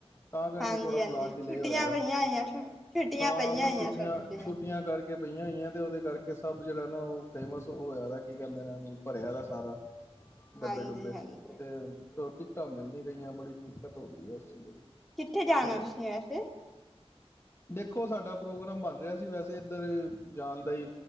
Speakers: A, on the left (about 25°); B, in the centre.
A: ਤਾਂ ਕਰਕੇ
B: ਹਾਂਜੀ
A: ਥੋੜਾ
B: -ਹਾਂਜੀ
A: ਪਲਾਨ ਡਿਲੇ
B: ਛੁੱਟੀਆਂ
A: ਹੋਇਆ ਦਾ
B: ਪਈਆਂ ਹੋਈਆਂ, ਸ ਛੁੱਟੀਆਂ
A: ਹਾਂ
B: ਪਈਆਂ
A: ਬਸ
B: ਹੋਈਆਂ
A: ਛੁੱਟੀਆਂ
B: ਸਭ ਦੀਆਂ
A: ਛੁੱਟੀਆਂ ਕਰਕੇ ਪਈਆਂ ਹੋਈਆਂ ਤੇ ਉਹਦੇ ਕਰਕੇ ਸਭ ਜਿਹੜਾ ਨਾ ਉਹ ਫੇਮਸ ਹੋਇਆ ਕੀ ਕਹਿੰਦੇ ਨੇ ਉਹਨੂੰ ਭਰਿਆ ਦਾ ਸਾਰਾ ਡੱਬੇ-ਡੁੱਬੇ
B: ਹਾਂਜੀ ਹਾਂਜੀ
A: ਤੇ ਟਿਕਟਾਂ ਮਿਲ ਨੀ ਰਹੀਆਂ ਬੜੀ ਦਿੱਕਤ ਹੁੰਦੀ ਹੈ ਇਸ ਚੀਜ਼ ਦੀ
B: ਕਿੱਥੇ ਜਾਣਾ
A: ਤੇ
B: ਤੁਸੀਂ ਨੇ ਵੈਸੇ
A: ਦੇਖੋ ਸਾਡਾ ਪ੍ਰੋਗਰਾਮ ਬਣ ਰਿਹਾ ਸੀ ਵੈਸੇ ਤੇ ਇੱਧਰ ਜਾਣ ਦਾ ਹੀ